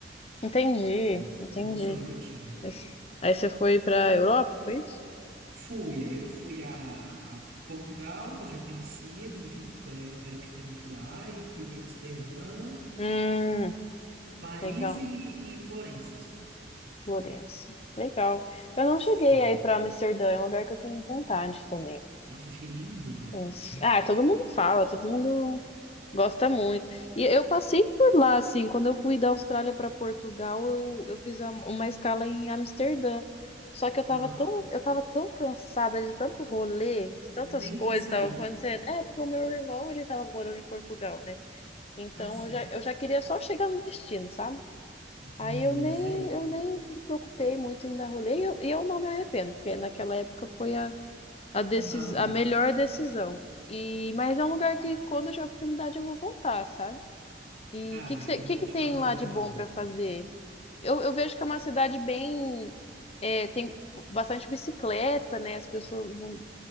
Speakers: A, on the left (about 35°); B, on the right (about 85°).
A: entendi,
B: Aí foi,
A: entendi.
B: foi um sonho que eu tinha.
A: Mas- Aí você foi pra Europa, foi isso?
B: Fui, aí eu fui a, a Portugal, que eu já conhecia, quando eu fui, quando eu era, era pequeno eu fui lá, e fui pra Amsterdã,
A: Hum,
B: Paris
A: legal.
B: e, e Florença só.
A: Florença. Legal. Eu não
B: Sim.
A: cheguei aí pra Amsterdã, é um lugar que eu tenho vontade também.
B: Nossa, achei lindo lá.
A: Mas- Ah, todo mundo fala, todo mundo gosta muito. E eu passei por lá, assim, quando eu fui da Austrália para Portugal, eu, eu fiz a- uma escala em Amsterdã. Só que eu tava
B: Aham.
A: tão, eu tava tão cansada de tanto rolê, de tantas
B: Nem
A: coisas
B: quis
A: que
B: sair.
A: tava acontecendo. É, porque o meu irmão, ele tava morando em Portugal, né? Então
B: Ah, sim.
A: eu já, eu já queria só chegar no destino, sabe?
B: Entendi,
A: Aí eu nem,
B: isso aí.
A: eu nem me preocupei muito em dar rolê e eu, e eu não me arrependo, porque naquela época foi a, a, decis,
B: Não dava mesmo.
A: a melhor decisão. E, mas é um lugar que quando eu tiver oportunidade eu vou voltar, sabe? E
B: Cara,
A: o que, que, você-
B: eu
A: que,
B: vou
A: que
B: te
A: tem
B: falar,
A: lá
B: é muito
A: de bom
B: bom.
A: para fazer? Eu, eu vejo que é uma cidade bem. é, tem bastante bicicleta, né? As pessoas não